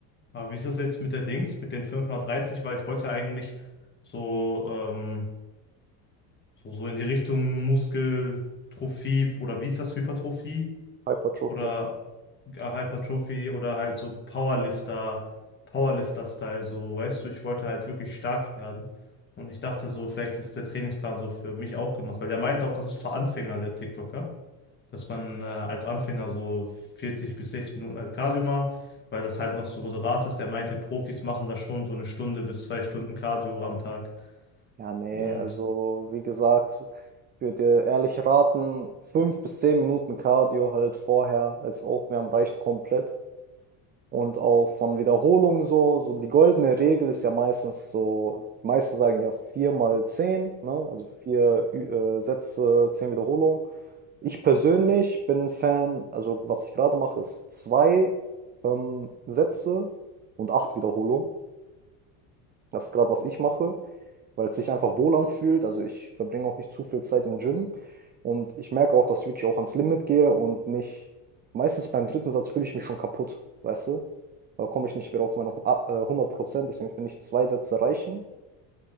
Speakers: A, on the left; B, on the right.
A: Aber wie ist das jetzt mit der Dings, mit den fünf mal dreißig? Weil ich wollte ja eigentlich so, ähm, so, so in die Richtung Muskeltrophie oder wie ist das, Hypertrophie?
B: Hypertrophie
A: oder
B: halt
A: Hypertrophie oder halt so Powerlifter, Powerlifter-Style, so, weißt du, ich wollte halt wirklich stark werden. Und ich dachte so, vielleicht ist der Trainingsplan so für mich auch gemacht, weil der meinte auch, das ist für Anfänger, der TikToker, dass man äh, als Anfänger so 40 bis 60 Minuten halt Cardio macht, weil das halt noch so moderat ist. Der meinte, Profis machen da schon so eine Stunde bis zwei Stunden Cardio am Tag.
B: Ja, nee,
A: Und
B: also wie gesagt, ich würde dir ehrlich raten, fünf bis zehn Minuten Cardio halt vorher als Aufwärmen reicht komplett. Und auch von Wiederholungen so, so die goldene Regel ist ja meistens so, die meisten sagen ja vier mal zehn, ne? Also vier Ü- äh, Sätze, zehn Wiederholungen. Ich persönlich bin ein Fan, also was ich gerade mache, ist zwei ähm, Sätze und acht Wiederholungen. Das ist gerade, was ich mache weil es sich einfach wohl anfühlt. Also ich verbringe auch nicht zu viel Zeit im Gym und ich merke auch, dass ich wirklich auch ans Limit gehe und nicht, meistens beim dritten Satz fühle ich mich schon kaputt, weißt du? Da komme ich nicht wieder auf meine hu- ah, äh, 100 Prozent, deswegen finde ich zwei Sätze reichen.